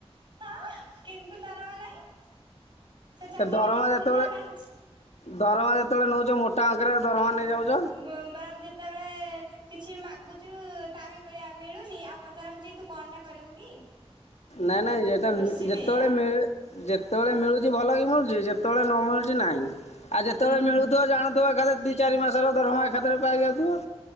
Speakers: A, on the right (about 45°); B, on the left (about 85°).
A: ହଁ କିନ୍ତୁ ଦରମା ନାହିଁ ସେ ଚାକିରିରେ
B: ଏ ଦରମା
A: କିଛି
B: ଯେତେବେଳେ
A: ମୂଲ୍ୟ ନାହିଁ।
B: ଦରମା ଯେତେବେଳେ ନଉଛ ମୋଟା ଅଙ୍କରେ ଦରମା ନେଇଯାଉଛ
A: ମ୍ୟାମ୍ ବାରଂ ଯେତେବେଳେ କିଛି ମାଗୁଚୁ ତା ବି ମିଳିଆ ମିଳୁନି ଆଉ ପଚରା ହଉଛି ତୁ କଣଟା କରିବୁ କି?
B: ନାଇଁ ନାଇଁ ଏଟା
A: କୋଶ୍ଚିନ୍
B: ଯେତେବେଳେ
A: ଏଇଆ
B: ମିଳେ ଯେତେବେଳେ ମିଳୁଛି ଭଲକି ମିଳୁଛି ଯେତେବେଳେ ନ ମିଳୁଛି ନାଇଁ। ଆଉ ଯେତେବେଳେ
A: ଉୁଁ ହୁଁ
B: ମିଳୁଥିବ
A: ହୁଁ
B: ଜାଣୁଥିବ ଖାଲି ଦି ଚାରି ମାସରେ ଦରମା ଏକାଥରେ ପାଇ ଯାଉଥିବ।